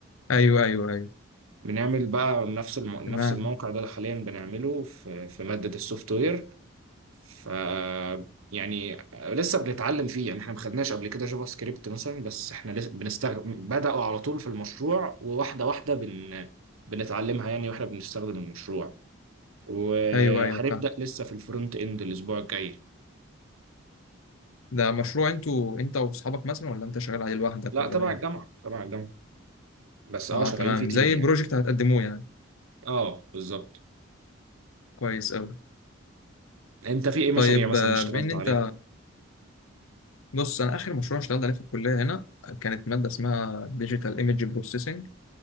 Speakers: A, on the left (about 85°); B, on the right (about 80°).
A: ايوه ايوه ايوه
B: بنعمل بقى نفس الم... نفس
A: تمام
B: الموقع ده اللي حاليا بنعمله في في مادة السوفت وير ف يعني لسه بنتعلم فيه يعني احنا ما خدناش قبل كده جافا سكريبت مثلا بس احنا لسه بنستخدم بدأوا على طول في المشروع وواحدة واحدة بن... بنتعلمها يعني واحنا بنستخدم المشروع وهنبدأ
A: ايوه ايوه فاهم
B: لسه في الفرونت اند الاسبوع الجاي
A: ده مشروع انتوا انت واصحابك مثلا ولا انت شغال عليه لوحدك
B: لا
A: ولا
B: تبع
A: ده ايه
B: الجامعة تبع الجامعة بس اه
A: اه
B: شغالين
A: تمام
B: في تيم
A: زي
B: يعني
A: بروجكت هتقدموه يعني
B: اه بالظبط
A: كويس قوي
B: انت في ايه مشاريع
A: طيب
B: مثلا
A: آه،
B: اشتغلت
A: بما ان انت
B: عليها
A: بص انا اخر مشروع اشتغلت عليه في الكليه هنا كانت ماده اسمها ديجيتال ايمج بروسيسنج